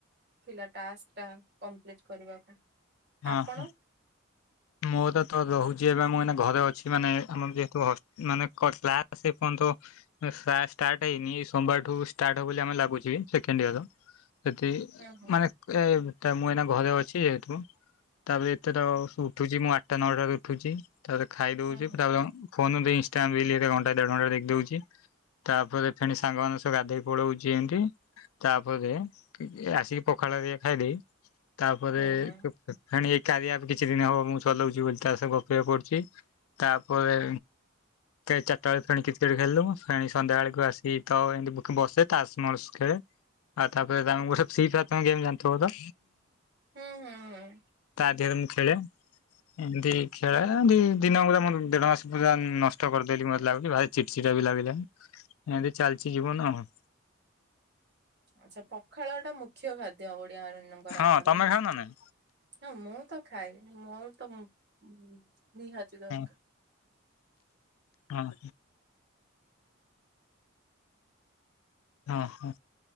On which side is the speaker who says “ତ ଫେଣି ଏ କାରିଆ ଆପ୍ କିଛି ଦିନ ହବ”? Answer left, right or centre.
Left